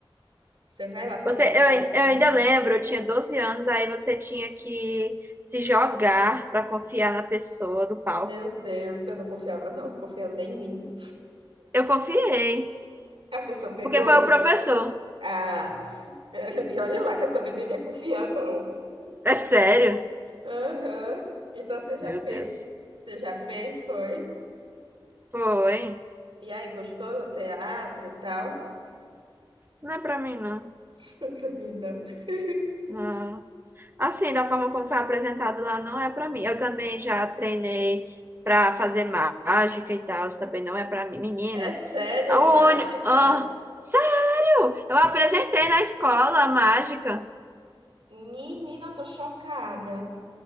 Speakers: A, on the right (about 70°); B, on the right (about 25°).
A: Você vai lá fazer
B: Você,
A: o
B: eu,
A: teatro.
B: eu ainda lembro, eu tinha 12 anos, aí você tinha que se jogar para confiar na pessoa do palco.
A: Meu Deus, eu não confiava, não. Confiando nem em mim.
B: Eu confiei,
A: A pessoa pegou.
B: porque foi o professor.
A: Ah, <laughs> e olha lá que eu também não ia confiar, não.
B: É sério?
A: Aham. Então você já
B: Meu
A: fez.
B: Deus.
A: Você já fez, foi?
B: Foi.
A: E aí, gostou do teatro e tal?
B: Não é pra mim, não.
A: <laughs> Eu também não. <laughs>
B: Não. Assim, da forma como foi apresentado lá, não é para mim. Eu também já treinei para fazer mágica e tal, isso também não é para mim. Menina,
A: É sério,
B: o ônibus.
A: mágica?
B: Ah, sério? Eu apresentei na escola a mágica.
A: Menina, eu tô chocada.